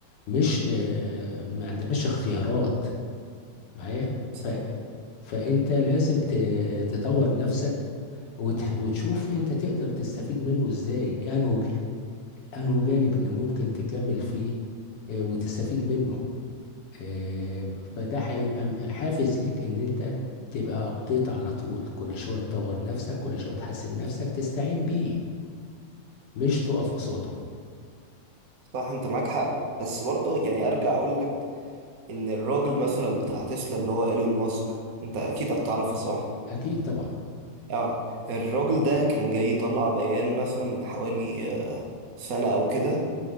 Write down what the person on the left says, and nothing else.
مش آه، ما
عندناش اختيارات معايا
ف...
فانت لازم ت... تطور نفسك وت... وتشوف انت تقدر تستفيد منه ازاي انه ج- انه جانب
اللي ممكن تكمل فيه آه، وتستفيد منه آه، فده هيبقى م- حافز ليك ان انت تبقى ابديت على طول كل شوية تطور نفسك كل شوية تحسن نفسك تستعين بيه مش تقف قصاده
اكيد طبعا